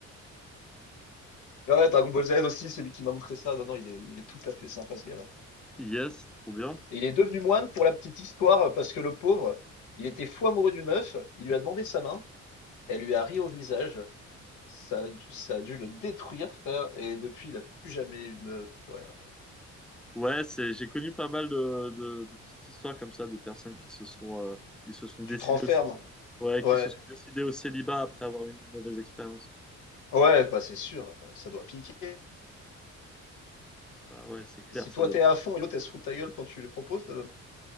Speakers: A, on the left; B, in the centre.
A: Mais Ouais, Dragon Ball Z aussi, c'est lui qui m'a montré ça. Non, non, il est, il est tout à fait sympa ce gars-là.
B: Yes, trop bien.
A: Et il est devenu moine pour la petite histoire, parce que le pauvre, il était fou amoureux d'une meuf, il lui a demandé sa main, elle lui a ri au visage, ça, a dû- ça a dû le détruire, frère, et depuis, il a plus jamais eu de meuf, plus rien.
B: Ouais, c'est, j'ai connu pas mal de, de, de petites histoires comme ça, de personnes qui se sont, euh, qui se sont décidées
A: Tu te renfermes.
B: au, ouais,
A: Ouais,
B: qui se sont décidées au célibat après avoir eu une mauvaise expérience.
A: ouais, bah c'est sûr, ça doit piquer.
B: Bah ouais, c'est clair,
A: Et si
B: ça
A: toi
B: doit
A: t'es
B: piquer.
A: à fond et l'autre elle se fout de ta gueule quand tu lui proposes, euh,